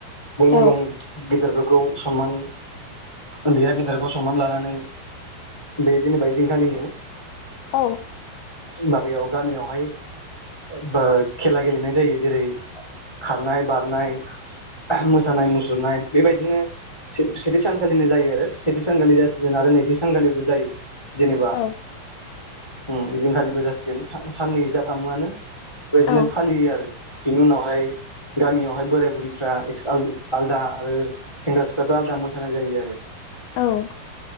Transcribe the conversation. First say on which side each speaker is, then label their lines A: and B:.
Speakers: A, on the left; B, on the left.
A: बयबो
B: औ
A: रं गिदेरफोर गौ समान उन्दैया गेदेरखौ सनमान लानानै बे जेनेबा ओइदिंखालिनो
B: औ।
A: <unintelligible> माबायाव गामियावहाय ओ बा खेला गेलेनाय जायो जेरै खारनाय
B: औ
A: बारनाय मोसानाय मुसुरनाय बेबायदिनो सेथि सानखालिनो जायो आरो सेथि सान खालि जासिगोन आरो नैथि <unintelligible> जायो। जेनेबा
B: औ
A: उम इदिंखालिबो जासिगोन सा-साननै जाब फामुआनो बेैजिनो
B: औ
A: फालियो आरो। बिनि उनावहाय गामियावहाय बोराय बुरिफ्रा <unintelligible> आलदा आरो सेंग्रा सिख्लाफ्रा आलदा मोसानाय जायो आरो।
B: औ